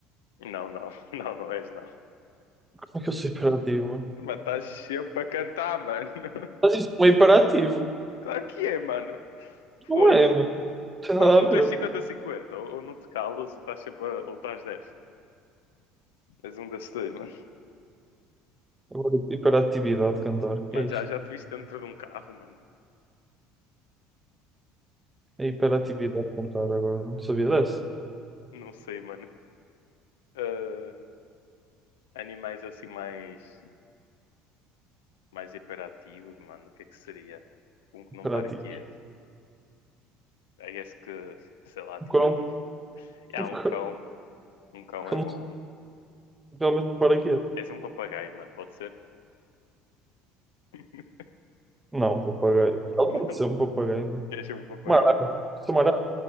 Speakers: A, on the left; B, on the right.
A: Não, não, <laughs> não, não és, não.
B: Como é que eu sou hiperativo, mano?
A: Mas estás sempre a cantar, mano. <laughs>
B: Mas isso não é hiperativo.
A: Claro que é, mano. Fogo.
B: Não é, mano. Não tem nada
A: Mano, tu,
B: a
A: tu
B: ver.
A: és cinquenta a cinquenta Ou, ou não te calas, ou estás sempre a, ou estás dez És um desses dois, mano.
B: Agora, hiperatividade cantar. Que
A: Mano,
B: é isto?
A: já, já te viste dentro de um carro, mano.
B: É hiperatividade cantar agora. Não sabia dessa?
A: Não sei, mano. Ah, animais assim mais, mais hiperativos, mano. O que é que seria? Tipo um que
B: Hiperativo.
A: não para quieto. I guess que, sei lá, tipo
B: Um cão.
A: um. Ah,
B: Um
A: um
B: cão.
A: cão.
B: Um
A: Um cão
B: cão
A: é bom.
B: não- Realmente um paraquedas.
A: És um papagaio, mano, pode ser? <laughs>
B: Não, um papagaio. Ela
A: Não,
B: pode ser um papagaio. né?
A: Queres ser um papagaio?
B: Uma arara.
A: mano?
B: Sou uma arara.